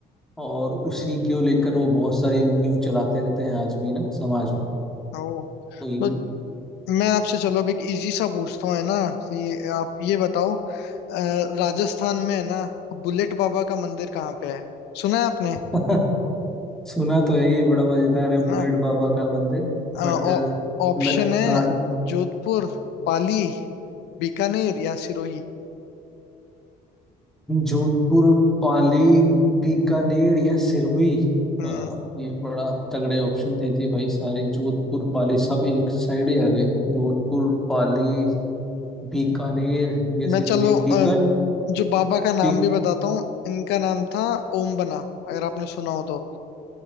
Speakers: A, in the centre; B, on the left.
A: और उसी को लेकर वो बहुत सारी मुहिम चलाते रहते हैं आज भी ना समाज में
B: ओ
A: तो ये-
B: तो मैं आपसे चलो अब एक इजी सा पूछता हूँ है ना कि आप ये बताओ अ, राजस्थान में है ना बुलेट बाबा का मंदिर कहाँ पे है सुना है आपने है
A: <laughs> सुना तो है ये बड़ा मजेदार है
B: ना
A: बुलेट बाबा का मंदिर
B: अ,
A: बट
B: ऑ- ऑप्शन
A: मेरा
B: है
A: हाँ
B: जोधपुर पाली बीकानेर या सिरोही
A: जोधपुर पाली बीकानेर या सिरहुई
B: हम्म
A: अ, ये बड़ा तगड़े ऑप्शन दे दिए भाई सारे जोधपुर पाली सब एक साइड ही आ गए जोधपुर पाली बीकानेर या सिरहुई
B: मैं चलो
A: बीकान
B: अम, जो बाबा का नाम
A: बीक
B: भी बताता हूँ इनका नाम था ओम बना अगर आपने सुना हो तो